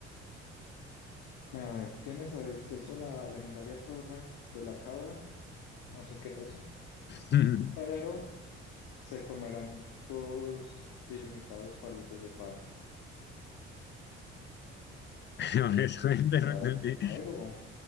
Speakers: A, on the left; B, on the left.
A: A ver, tienes acceso a la legendaria Torre de la Cabra, no sé qué es eso,
B: <laughs>
A: pero se comerán tus ilimitados palitos de pan. No
B: Honestamente
A: sé. ¿Será
B: no entendí,
A: de algún juego?